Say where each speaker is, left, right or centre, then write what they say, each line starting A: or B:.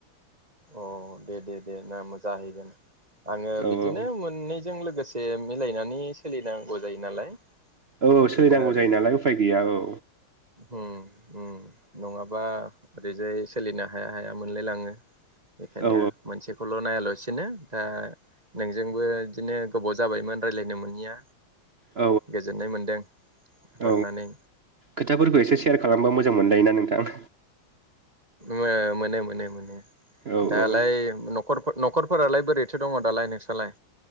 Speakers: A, on the right (about 20°); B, on the right (about 50°).
A: अ दे दे दे नामो जाहैगोन आङो
B: औ
A: बिदिनो मोननैजों लोगोसे से मिलायनानै सोलिनांगौ जायो नालाय
B: औ
A: बिदिनो
B: सोलिनांगौ
A: आरो
B: जायो नालाय उफाय गैया औ
A: उम उम नङाबा आ ओरैजाय सोलिनो हाया हाया मोनलाय लाङो। बेखायनो
B: औ
A: मोनसेखौल' नायालासिनो दा नोंजोंबो बिदिनो गोबाव जाबायमोन रायलायनो मोनिया।
B: औ
A: गोजोननाय मोनदों हरनानै।
B: औ खोथाफोरखौ एसे सेयार खालामबा मोजां मोनलायो ना‌ नों थां
A: मो-मोनो मोनो मोनो।
B: औ
A: दालाय
B: औ
A: न'खरफोर न'खर फोरालाय बोरैथो दङ दालाय नोंसालाय?